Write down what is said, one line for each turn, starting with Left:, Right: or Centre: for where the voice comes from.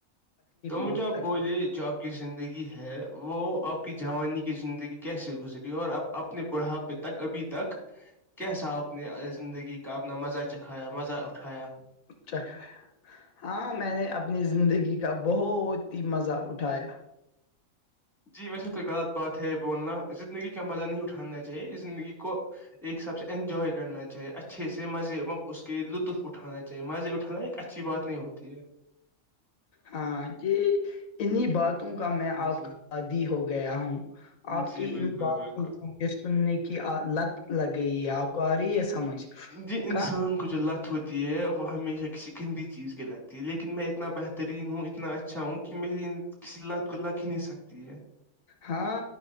Centre: تو مجھ
Left: معاف
Centre: آپ
Left: تکلیف
Centre: بولےپ زندگی ہے وہ آپ کی جوانی کی زندگی کیسے گزری اور آپ اپنے بڑھاپے تک ابھی تک کیسا آ اپ نے زندگی کا اپنا مزہ چکھایا مزہ اٹھایا
Left: چکھا ہاں میں نے اپنی زندگی کا بہت ہی مزہ اٹھایا
Centre: جی ویسے تو غلط بات ہے بولنا زندگی کا مزہ نہیں اٹھانا چاہیے زندگی کو ایک سب سے انجوائے کرنا چاہیے اچھا اچھے سے مزے اس کے لطف اٹھا چاہے مزے اٹھانا ایک اچھی بات نہیں ہوتی ہے
Left: ہاں ج انی باتوں کا میں آپ
Centre: جی
Left: کا عادی ہو گیا ہوں آپ
Centre: جی
Left: کی
Centre: بالکل
Left: ان باتوں
Centre: بالکل
Left: کو سننے کی لت لگ گئی ہے آپ کو آ رہی ہے سمجھ
Centre: ج انسان
Left: کا
Centre: گو جو لت ہوتی ہے وہ ہمیشہ کسی گندی چیز کی لگتی ہے لیکن میں اتنا بہترین ہوں اتنا اچھا اچھا ہوں کہ میری کسی لات کو لگ ہی نہیں سکتی ہے
Left: ہاں